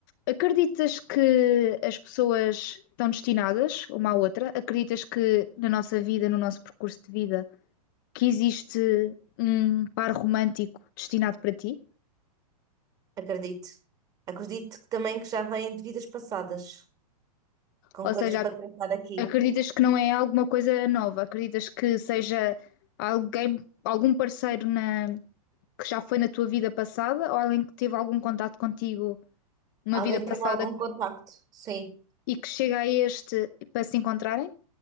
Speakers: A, on the left; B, on the right.
A: Acreditas que as pessoas estão destinadas uma à outra? Acreditas que na nossa vida, no nosso percurso de vida, que existe um par romântico destinado para ti?
B: Acredito. Acredito que também que já vêm de vidas passadas, com
A: Ou
B: coisas
A: seja,
B: para
A: ac-
B: tratar aqui.
A: acreditas que não é alguma coisa nova? Acreditas que seja alguém, algum parceiro na- que já foi na tua vida passada ou alguém que teve algum contato contigo numa
B: Alguém
A: vida passada
B: teve algum contacto? Sim,
A: e que chega a este para se encontrarem?